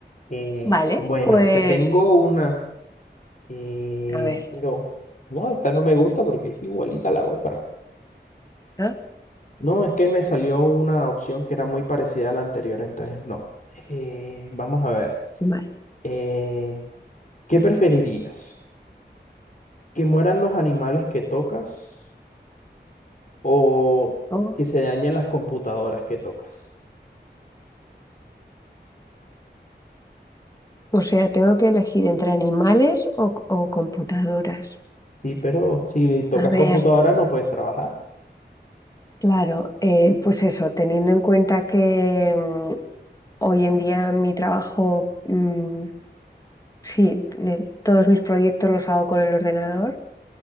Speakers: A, on the left; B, on the left.
A: Eh,
B: Vale,
A: bueno,
B: pues,
A: te tengo una. Eh,
B: a ver,
A: pero no, esta no me gusta porque es igualita a la otra.
B: ¿no?
A: No, es que me salió una opción que era muy parecida a la anterior, entonces no. Eh, vamos a ver.
B: Vale.
A: Eh, ¿qué preferirías? ¿Que mueran los animales que tocas o
B: O,
A: que se dañen las computadoras que tocas?
B: o sea, tengo que elegir entre animales o, o computadoras.
A: Sí, pero si tocas
B: A ver,
A: computadoras no puedes trabajar.
B: claro, eh, pues eso, teniendo en cuenta que mm, hoy en día mi trabajo, mm, sí, de- todos mis proyectos los hago con el ordenador,